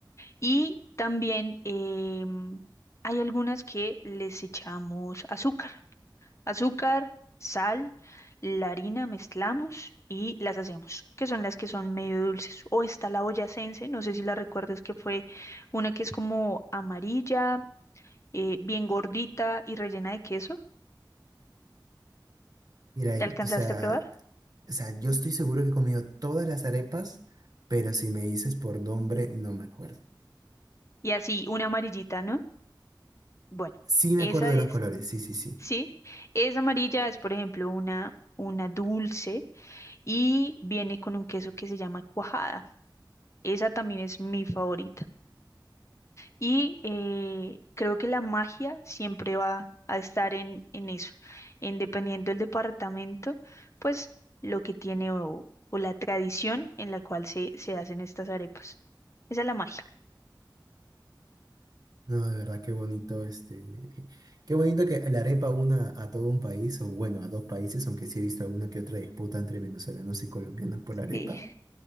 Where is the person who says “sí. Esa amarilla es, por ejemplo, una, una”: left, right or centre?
Left